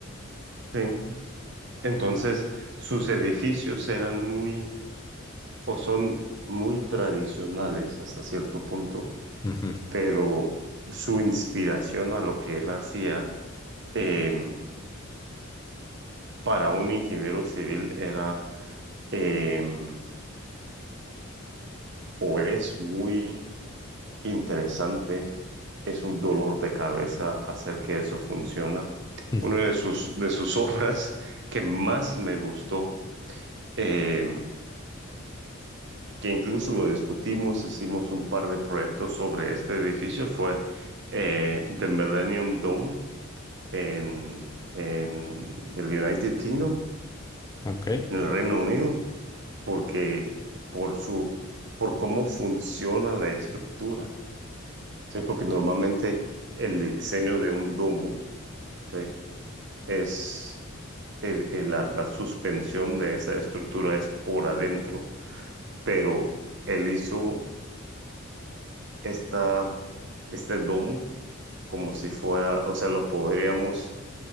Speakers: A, on the right; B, on the left.
A: Sí. Entonces, sus edificios eran muy, o son muy tradicionales hasta cierto punto,
B: Ujú.
A: pero su inspiración a lo que él hacía em, para un ingeniero civil era em, o es muy interesante, es un dolor de cabeza hacer que eso funcione.
B: <laughs>
A: Una de sus, de sus <laughs> obras que más me gustó, eh, que incluso lo discutimos, hicimos un par de proyectos sobre este edificio, fue eh, The Millennium Dome en, en el United Kingdom,
B: Ok.
A: en el Reino Unido, porque por su, por cómo funciona la estructura, ¿sí? Porque normalmente el diseño de un domo ¿sí? Es el- el- la, la suspensión de esa estructura es por adentro, pero él hizo esta, este domo como si fuera, o sea, lo podríamos